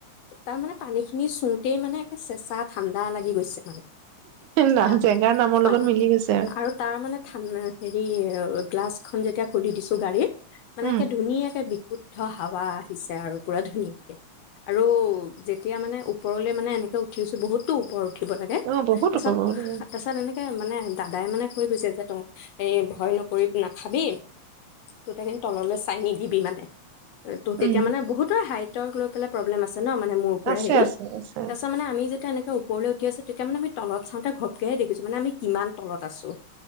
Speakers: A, on the left; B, on the right.
A: তাৰ মানে- পানী খিনি চুওতেই মানে একে চেঁচা ঠাণ্ডা লাগি গৈছে।
B: না
A: আহ
B: জেগাৰ নামৰ লগত
A: অ-
B: মিলি গৈছে
A: আৰু তাৰ মানে ঠান্ডা হে <unintelligible> হ গ্লাছখনন যেতিয়া খুলি দিছো গাড়ীত মানে
B: উম
A: ধুনীয়াকে বি শুদ্ধ হাৱা আহিছে আৰু পুৰা ধুনীয়া আৰু যেতিয়া মানে ওপৰলে মানে এনেকে উঠিছো বহুতো ওপৰ উঠিব লাগে
B: অ বহুত
A: তাৰছত
B: ওপৰ বহুত ওপৰ
A: তাৰছত এনে তাকে মানে দাদাই মানে কৈ গৈছে যে তই এই ভয় নকৰি নাখাবি ত কিন্তু তললৈ চাই নিদিবি মানে ত' তেতিয়া
B: উম
A: মানে বহুতৰে হাইট লৈ পেল প্ৰবলেম আছে। ন মানে মোৰ পৰা
B: আছে
A: হেৰি
B: আছে আছে
A: তাৰ পিছত মানে আমি যে এনেকে ওপৰলৈ উঠি আছে তেতিয়া মানে আমি তল চাওঁতে ঘপকেহে দেখছো মানেমি কিমান তলত আছো।